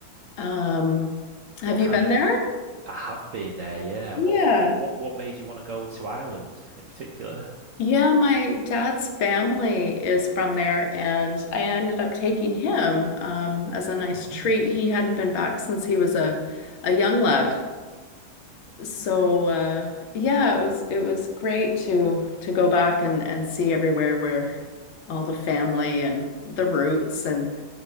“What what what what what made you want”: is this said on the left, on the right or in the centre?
Right